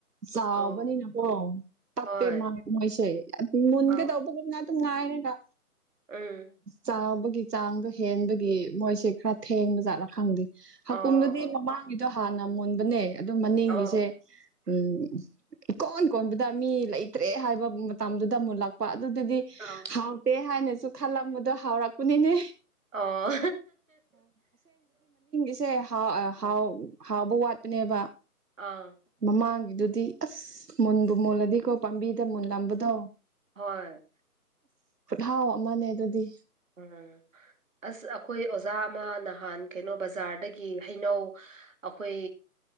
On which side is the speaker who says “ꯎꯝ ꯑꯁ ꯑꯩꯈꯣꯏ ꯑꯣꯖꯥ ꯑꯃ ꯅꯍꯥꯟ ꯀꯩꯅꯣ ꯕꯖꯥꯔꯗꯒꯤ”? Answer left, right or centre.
Right